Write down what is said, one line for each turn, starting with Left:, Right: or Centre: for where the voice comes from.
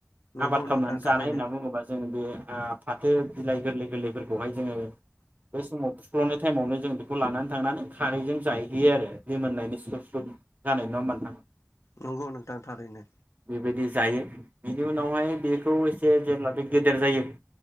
Left: नंगौ
Right: आबाद खालामनानै
Left: नोंथां थारैनो
Right: जानाय होनना बुङोबा जोंङ बे ओ फाथो बिलाइ गोरलै गोरलैफोरखौहाय जोङो बै समाव फुख्ल'नाय टाइमावनो जों बेखौ लानानै थांनानै खारैजों जाहहैयो आरो दै मोननायनि स्लुब स्लुब जानाय नङा मोन
Left: नंगौ नोंथां थारैनो
Right: बेबायदि जायो बिनि उनावहाय बेखौ एसे जेब्ला बे गेदेर जायो